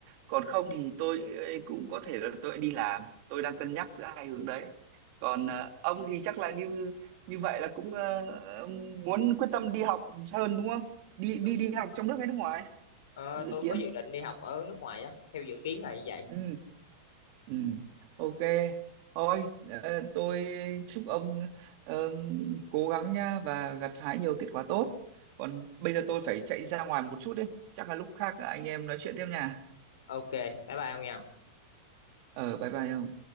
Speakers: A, on the right; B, on the left.
A: còn không thì tôi ờ, cũng có thể là tôi đi làm tôi đang cân nhắc giữa hai hướng đấy còn ờ, ông thì chắc là như như vậy là cũng ờ, muốn quyết tâm đi học hơn đúng không đi
B: Đúng.
A: đi đi học trong nước hay nước ngoài
B: Ờ,
A: dự
B: tôi
A: kiến
B: có dự định đi học ở nước ngoài á, theo dự kiến là như vậy.
A: ừ Ừ, ok. Thôi, ờ, tôi chúc ông ờ, cố gắng nha và gặt hái nhiều kết quả tốt. Còn bây giờ tôi phải chạy ra ngoài một chút đấy. Chắc là lúc khác anh em nói chuyện tiếp nha.
B: Ok, bye bye ông nha.
A: Ờ, bye bye ông.